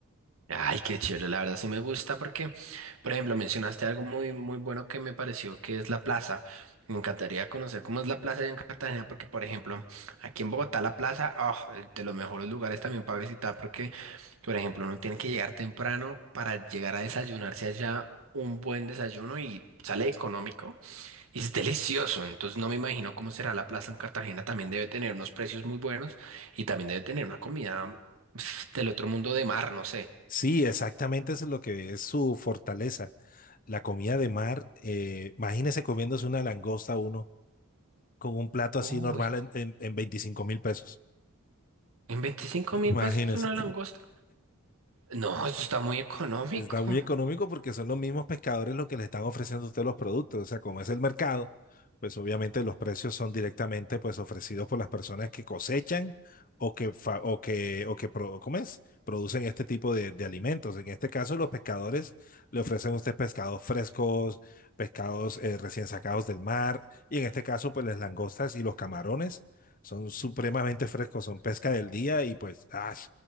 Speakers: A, on the right (about 70°); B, on the left (about 40°).
A: Ay, qué chévere. La verdad sí me gusta porque, por ejemplo, mencionaste algo muy, muy bueno que me pareció que es la plaza. Me encantaría conocer cómo es la plaza allá en Cartagena porque, por ejemplo, aquí en Bogotá la plaza, oh, de los mejores lugares también para visitar porque, por ejemplo, uno tiene que llegar temprano para llegar a desayunarse allá un buen desayuno y sale económico. Y es delicioso, entonces no me imagino cómo será la plaza en Cartagena. También debe tener unos precios muy buenos y también debe tener una comida pf, del otro mundo de mar, no sé.
B: Sí, exactamente eso es lo que es su fortaleza. La comida de mar, eh, imagínese comiéndose una langosta uno con un plato así
A: Uy,
B: normal en, en, en 25 mil pesos.
A: ¿en veinticinco mil
B: Imagínese.
A: pesos una langosta? No, eso está muy económico.
B: Está muy económico porque son los mismos pescadores los que le están ofreciendo a usted los productos. O sea, como es el mercado, pues obviamente los precios son directamente pues ofrecidos por las personas que cosechan o que, fa- o que, o que pro- ¿cómo es? producen este tipo de, de alimentos. En este caso, los pescadores le ofrecen a usted pescados frescos, pescados eh, recién sacados del mar y en este caso, pues las langostas y los camarones son supremamente frescos, son pesca del día y pues, ¡ah!